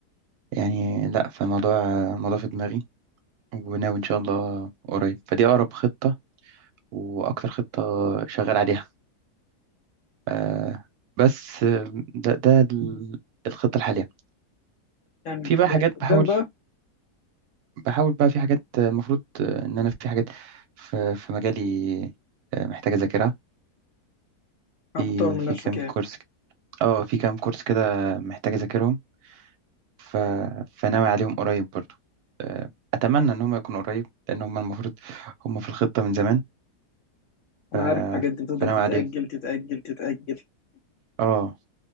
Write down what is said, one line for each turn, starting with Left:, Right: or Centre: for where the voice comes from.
Right: يعني لا فالموضوع الموضوع في دماغي وناوي إن شاء الله قريب فدي أقرب خطة وأكتر خطة شغال عليها آه بس آه، ده ده ال- الخطة الحالية
Left: يعني
Right: في
Left: حاليا
Right: بقى حاجات
Left: قدام
Right: بحاول
Left: بقى
Right: بحاول بقى في حاجات آه، المفروض آه، إن أنا في حاجات في في مجالي آه، محتاج أذاكرها
Left: آه،
Right: في
Left: بتطور من
Right: في
Left: نفسك
Right: كام
Left: يعني
Right: كورس ك- اه في كام كورس كده محتاج أذاكرهم ف فناوي عليهم قريب برضو آه، أتمنى إن هم يكونوا قريب لأن هم المفروض هم في الخطة من زمان ف...
Left: انا عارف الحاجات دي بتفضل
Right: فناوي
Left: تتاجل
Right: عليهم
Left: تتاجل تتاجل
Right: اه